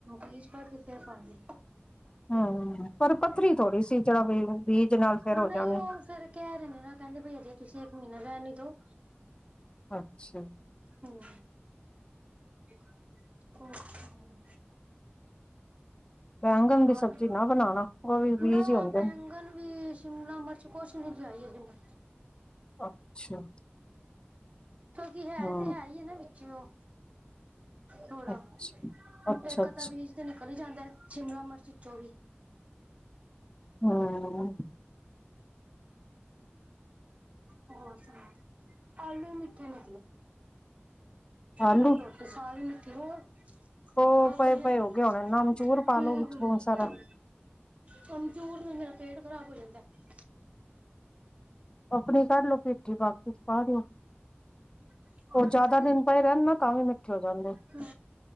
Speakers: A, on the right; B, on the left.
A: ਬੀਜ਼ ਕੱਢ ਦਿੱਤੇ ਆ ਸਾਰੇ।
B: ਹਾਜੀ, ਪਰ ਪੱਥਰੀ ਥੋੜੀ ਸੀ। ਜਿਹੜਾ ਵੀ ਬੀਜ ਨਾਲ
A: ਆ।
B: ਫੇਰ ਹੋ
A: ਨਹੀਂ
B: ਜਾਣੀ।
A: ਉਹ ਫੇਰ ਕਹਿ ਰਹੇ ਨੇ, ਨਾ ਕਹਿੰਦੇ ਬਈ ਅਜੇ ਤੁਸੀਂ ਇੱਕ ਮਹੀਨਾ ਰਹਿਣ ਹੀ ਦੋ।
B: ਅੱਛਾ।
A: ਹੂੰ ਦੇਖੋ ਹੁਨ।
B: ਬੈਂਗਣ ਦੀ
A: ਹਨ।
B: ਸਬਜ਼ੀ ਨਾ ਬਣਾਣਾ ਉਹ ਵੀ ਬੀਜ
A: ਮੈ
B: ਹੀ ਹੁੰਦੇ
A: ਬੈਗ
B: ਨੇ
A: ਕਲੀ ਸ਼ਿਮਲਾ ਮਿਰਚ ਕੁਛ ਨੀ ਲਿਆਈ ਅਜੇ ਮੈਂ।
B: ਅੱਛਾ
A: ਕੀ ਹੈ
B: ਹਾਂ
A: ਤੇ, ਹੈ ਈ ਏ ਨਾ ਵਿੱਚੇ ਓ। ਥੋੜਾ-
B: ਅੱਛਾ ਅੱਛਾ
A: ਇੱਕ
B: ਅੱਛਾ
A: ਅਧਾ ਪੀਸ- ਉਹ ਤੇ ਨਿਕਲ ਹੀ ਜਾਂਦਾ ਹੈ। ਸ਼ਿਮਲਾ ਮਿਰਚ ਚੋਂ ਓਵੀ।
B: ਹੂੰ।
A: ਹੋਰ ਸੁਣਾਓ। ਆਲੂ ਵੀ ਮਿੱਠੇ ਨੇ,
B: ਆਲੂ
A: ਹੁਣ ਰੋਟੀ ਸਾਰੀ ਮਿੱਠੀ ਹੋਰ।
B: ਉਹ
A: ਖਾਦਾ
B: ਪਏ
A: ਨੀ
B: ਪਏ
A: ਅਸੀਂ।
B: ਹੋ ਗਏ ਹੋਣੇ ਨਮਚੂਰ ਪਾ
A: ਹੂੰ
B: ਲੋ ਵਿੱਚ
A: ਹੂੰ
B: ਬਹੁਤ ਸਾਰਾ
A: ਕਮਜ਼ੋਰ ਨਾਲ ਮੇਰਾ ਪੇਟ ਖ਼ਰਾਬ ਹੋ ਜਾਂਦਾ ਐ।
B: ਆਪਣੀ ਕੱਢ ਲਓ ਮਿੱਠ ਬਾਕੀ 'ਚ ਪਾ ਦੀ।
A: ਹਾਂ
B: ਉਹ ਜ਼ਿਆਦਾ
A: ਖਾ
B: ਦਿਨ ਪਏ ਰਹਿਣ ਨਾ ਤਾਂ ਵੀ ਮਿੱਠੇ ਹੋ ਜਾਂਦੇ ਨ।
A: ਹੂੰ।